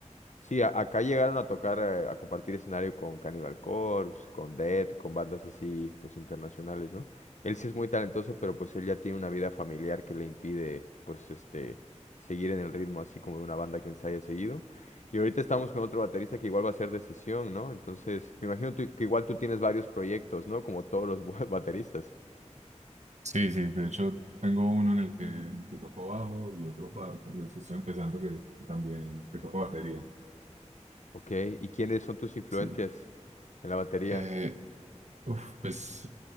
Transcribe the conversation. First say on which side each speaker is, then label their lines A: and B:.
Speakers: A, on the left; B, on the right.
A: Sí, a- acá llegaron a tocar, eh, a compartir escenario con Cannibal Corpse, con Death, con bandas así, pues internacionales, ¿no? Él sí es muy talentoso, pero pues él ya tiene una vida familiar que le impide, pues, este, seguir en el ritmo así como de una banda que ensaya seguido. Y ahorita estamos con otro baterista que igual va a ser de sesión, ¿no? Entonces, me imagino tú- que igual tú tienes varios proyectos, ¿no? Como todos los <laughs> bu- bateristas.
B: Sí, sí, de hecho tengo uno en el que, en el que toco bajo y otro para, que estoy empezando que, que también que toco batería.
A: Ok, ¿y quiénes son tus influencias
B: Sí.
A: en la batería?
B: Eh, uf, pues